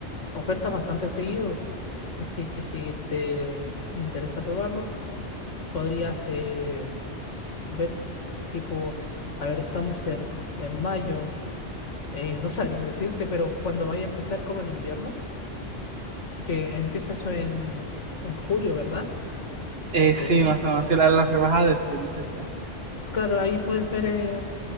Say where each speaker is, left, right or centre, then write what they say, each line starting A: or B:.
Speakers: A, on the left; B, on the right.
A: ofertas bastante seguido. Así que si te interesa probarlo, podrías eh, ver, tipo, a ver, estamos en, en mayo. Eh, no sabría decirte, pero cuando vaya a empezar como el invierno, que empieza eso en, en julio, ¿verdad?
B: Eh,
A: O en junio.
B: sí, más o menos, sí, la, la rebajada de Steam, sí, sí.
A: Claro, ahí puedes ver eh,